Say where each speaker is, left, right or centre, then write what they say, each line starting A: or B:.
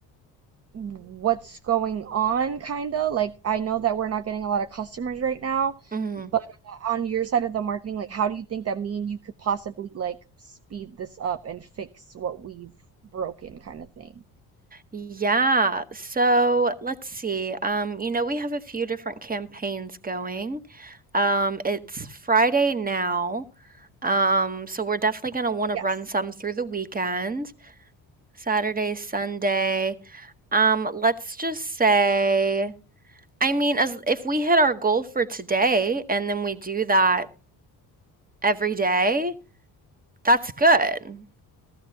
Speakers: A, on the right; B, on the right.
A: what's going on, kind of. Like, I know that we're not getting a lot of customers right now,
B: hmm
A: but uh, on your side of the marketing, like, how do you think that me and you could possibly like speed this up and fix what we've broken, kind of thing?
B: Yeah. So let's see. Um, you know, we have a few different campaigns going. Um, it's Friday now. Um, so we're definitely going to want to
A: Yes.
B: run some through the weekend, Saturday, Sunday. Um, let's just say. I mean, as if we hit our goal for today and then we do that every day, that's good.